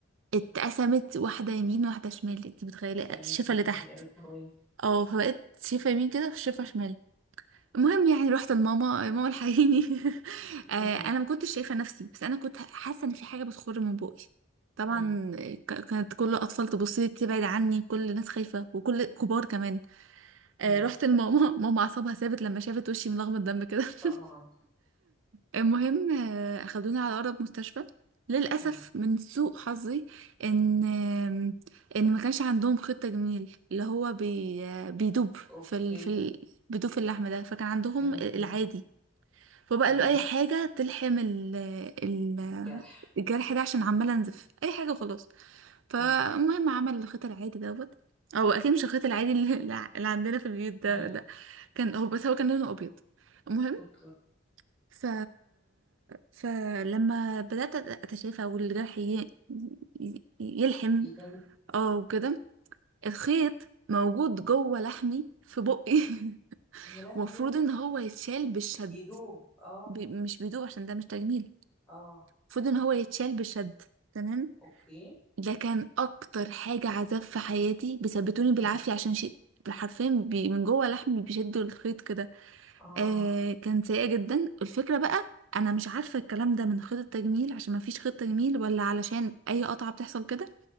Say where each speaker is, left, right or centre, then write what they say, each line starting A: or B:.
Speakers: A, on the right (about 70°); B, in the centre.
A: اتقسمت واحده يمين واحده شمال انت متخيله الشفه
B: تمام
A: اللي تحت
B: يا لهوي
A: اه فبقت شفه يمين كده وشفه شمال المهم يعني رحت لماما ماما الحقيني <laughs> آه،
B: امم
A: انا ما كنتش شايفه نفسي بس انا كنت حاسه ان في حاجه بتخر من بقي طبعا
B: امم
A: ك- كانت كل الاطفال تبص لي تبعد عني كل الناس خايفه وكل كبار كمان آه،
B: امم
A: رحت لماما <laughs> ماما اعصابها ثابت لما شافت وشي ملغمه دم كده
B: طبعا
A: <laughs> المهم آه، اخدوني على اقرب مستشفى للاسف
B: امم
A: من سوء حظي ان آم، ان ما كانش عندهم خطه جميل اللي هو بي آه، بيدوب
B: اوكي
A: في ال... في ال... بيدوب في اللحم ده فكان عندهم
B: امم
A: العادي
B: امم
A: فبقى
B: تمام
A: قال له اي حاجه تلحم ال ال
B: الجرح
A: الجرح ده عشان عماله انزف اي حاجه خلاص فالمهم
B: امم
A: عمل الخيط العادي دوت او اكيد مش الخيط العادي اللي <laughs> اللي عندنا في البيوت ده
B: امم
A: ده كان هو بس هو كان لونه ابيض المهم
B: اوكي
A: ف فلما بدات اتشافى والجرح ي... ي- يلحم
B: يدم
A: اه وكده الخيط موجود جوه لحمي في بقي <laughs>
B: يا لهوي
A: المفروض ان هو يتشال بالشد
B: يدوب اه
A: بي... مش بيدوب عشان ده مش تجميل
B: اه
A: المفروض ان هو يتشال بشد تمام
B: اوكي
A: ده كان اكتر حاجة عذاب في حياتي بيثبتوني بالعافية
B: مم.
A: عشان شيء حرفيا بي من جوه لحمي بيشدوا الخيط كده
B: اه
A: آه كان سيئة جدا الفكرة بقى انا مش عارفة الكلام ده من خيط التجميل عشان ما فيش خيط تجميل ولا علشان اي قطعة بتحصل كده